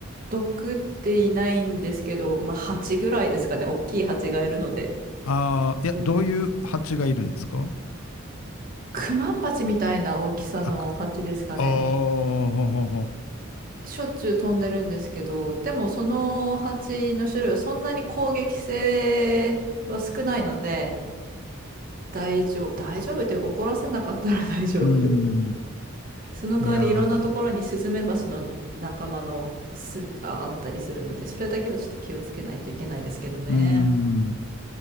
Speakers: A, on the right; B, on the left.
A: 毒っていないんですけど、まあ蜂ぐらいですかね。大きい蜂がいるので。
B: ああ、いや、
A: その
B: どういう蜂がいるんですか
A: クマンバチみたいな大きさの蜂ですかね。
B: あ、くおー、ほほほ。
A: しょっちゅう飛んでるんですけど、でもその蜂の種類はそんなに攻撃性は少ないので、大丈夫、大丈夫って怒らせなかったら <laughs> 大丈夫。
B: うん。
A: その代わりいろんなところにスズメバチの仲間の巣があったりするので、
B: いやー、
A: それだけはちょっと気をつけないといけないですけどね。
B: うん。